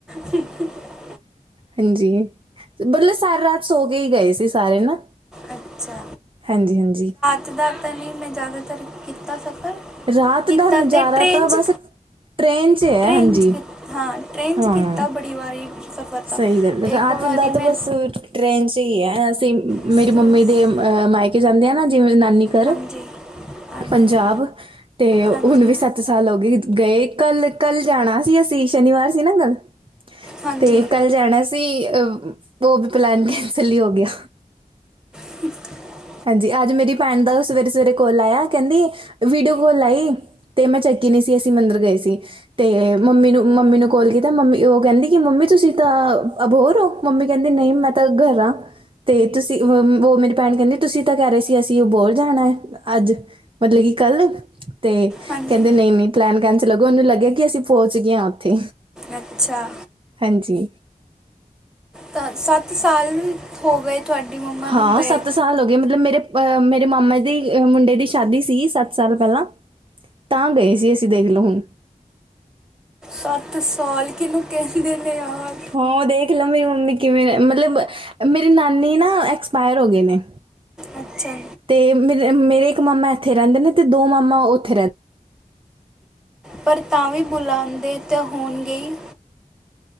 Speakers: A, in the centre; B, on the right (about 35°).
A: <unintelligible>
B: ਹਂਜੀ ਮਤਲਬ ਸਾਰੀ ਰਾਤ ਸੋ ਕੇ ਹੀ ਗਏ ਸੀ ਸਾਰੇ ਨਾ
A: ਅੱਛਾ
B: ਹਾਂਜੀ ਹਾਂਜੀ
A: <unintelligible> ਨਹੀਂ ਮੈਂ ਜ਼ਿਆਦਾਤਰ ਕੀਤਾ ਸਫ਼ਰ
B: ਰਾਤ
A: ਕੀਤਾ
B: ਦਾ ਨਜਾਰਾ
A: ਤੇ ਟ੍ਰੇਨ
B: ਤਾਂ
A: 'ਚ
B: ਬਸ ਟ੍ਰੇਨ ਚ ਹੈ
A: ਟ੍ਰੇਨ
B: ਹਾਂਜੀ
A: 'ਚ ਕੀ- ਹਾਂ ਟ੍ਰੇਨ
B: ਹਾਂ
A: ਚ ਕੀਤਾ ਬੜੀ ਵਾਰੀ ਸਫ਼ਰ ਤਾਂ
B: ਸਹੀ ਗੱਲ ਏ ਰਾਤ
A: ਇੱਕ ਵਾਰੀ
B: ਦਾ ਤੇ
A: ਮੈਂ
B: ਬੱਸ ਟ੍ਰੇਨ ਚ ਹੀ ਏ ਅਸੀਂ
A: ਸ-
B: ਮੇਰੀ ਮੰਮੀ
A: ਸ-
B: ਦੇ ਅਹ ਮਾਇਕੇ ਜਾਂਦੇ ਆ ਨਾ ਜਿਵੇਂ ਨਾਨੀ ਘਰ
A: ਹਾਂਜੀ ਹਾਂਜੀ
B: ਪੰਜਾਬ ਤੇ
A: ਹਾਂਜੀ
B: ਹੁਣ ਵੀ ਸੱਤ ਸਾਲ ਹੋ ਗਏ ਗਏ ਕੱਲ੍ਹ ਕੱਲ੍ਹ ਜਾਣਾ ਸੀ ਅਸੀਂ ਸ਼ਨੀਵਾਰ ਸੀ ਨਾ ਕੱਲ੍ਹ
A: ਹਾਂਜੀ
B: ਤੇ ਕੱਲ੍ਹ ਜਾਣਾ ਸੀ ਅ ਉਹ ਵ ਪਲੈਨ ਕੈਂਸਲ ਹੀ ਹੋ ਗਿਆ
A: <unintelligible>
B: ਹਾਂਜੀ, ਆਜ ਮੇਰੀ ਭੈਣ ਦਾ ਓ ਸਵੇਰੇ-ਸਵੇਰੇ ਕੌਲ ਆਇਆ ਕ ਕੈਂਦੀ ਵੀਡੀਓ ਕੌਲ ਲਾਈ। ਤੇ ਮੈਂ ਚੱਕੀ ਨੀ ਸੀ ਅਸੀਂ ਮੰਦਿਰ ਗਏ ਸੀ। ਤੇ ਮੰਮੀ ਨੂੰ, ਮੰਮੀ ਨੂੰ ਕੌਲ ਕੀਤਾ ਮੰਮੀ ਓ ਕੈਂਦੀ ਕਿ ਮੰਮੀ ਤੁਸੀਂ ਤਾਂ ਅਭੋਰ ਓ? ਮੰਮੀ ਕੈਂਦੀ ਨਈ ਮੈਂ ਤਾਂ ਘਰ ਆ। ਤੇ ਤੁਸੀਂ ਅ ਹੂੰ ਵੋ ਮੇਰੀ ਭੈਣ ਕੈਂਦੀ ਤੁਸੀਂ ਤਾਂ ਕੈ ਰਏ ਸੀ ਅਸੀਂ ਅਬੋਰ ਜਾਣਾ ਐ ਆੱਜ ਮਤਲਲ ਕਿ ਕੱਲ। ਤੇ
A: ਹਾਂਜੀ
B: ਕੈਂਦੇ ਨਈ-ਨਈ ਪਲੈਨ ਕੈਂਸਲ ਹੋ ਗੇਆ ਓਨੂੰ ਲੱਗਿਆ ਕਿ ਅਸੀਂ ਪੋਂਚ ਗਏ ਆ ਓੱਥੇ
A: ਅੱਛਾ।
B: ਹਾਂਜੀ।
A: ਤਾਂ ਸੱਤ ਸਾਲ ਹੋ ਗਏ ਤੁਹਾਡੀ ਮੰਮਾ
B: ਹਾਂ
A: ਨੂੰ ਗਏ
B: ਸੱਤ ਸਾਲ ਹੋ ਗਏ ਮਤਲਬ ਮੇਰੇ ਅ ਮੇਰੇ ਮਾਮਾ ਜੀ ਦੀ ਮੁੰਡੇ ਦੀ ਸ਼ਾਦੀ ਸੀ ਸੱਤ ਸਾਲ ਪੈਲਾਂ ਤਾਂ ਗਏ ਸੀ ਅਸੀਂ ਦੇਖ ਲਓ ਹੁਣ
A: ਸੱਤ ਸਾਲ ਕਿਨੂੰ ਕੈਂਦੇ ਨੇ ਯਾਰ
B: ਹਾਂ ਦੇਖ ਲਓ ਮੇਰੀ ਮੰਮੀ ਕਿਵੇਂ ਮਤਲਬ ਮੇਰੀ ਨਾਨੀ ਨਾ ਐਕਸਪਾਇਰ ਹੋ ਗਏ ਨੇ।
A: ਅੱਛਾ।
B: ਤੇ ਮੇਰੇ ਮੇਰੇ ਇੱਕ ਮਾਮਾ ਐਥੇ ਰੈਂਦੇ ਨੇ ਤੇ ਦੋ ਮਾਮਾ ਓੱਥੇ ਰੈ
A: ਪਰ ਤਾਂ ਵੀ ਬੁਲਾਂਦੇ ਤਾਂ ਹੋਣਗੇ ਈ